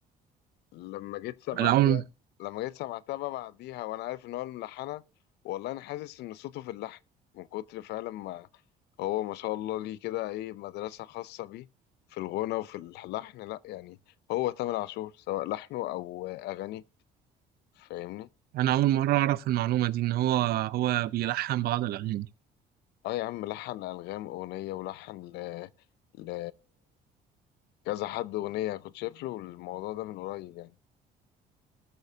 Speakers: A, on the left; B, on the right.
A: لما جيت سمعتها
B: انا اول
A: لما جيت سمعتها بقى بعديها وانا عارف ان هو الملحنة والله انا حاسس ان صوته في اللحن من كتر فعلا ما هو ما شاء الله ليه كده ايه مدرسة خاصة بيه في الغنى وفي اللحن لا يعني هو تامر عاشور سواء لحنه او اغانيه فاهمني
B: انا اول مره اعرف المعلومه دي ان هو هو بيلحن بعض الاغاني
A: اه يا عم لحن الغام اغنية ولحن ل... ل... كذا حد اغنية كنت شايف له الموضوع ده من قريب يعني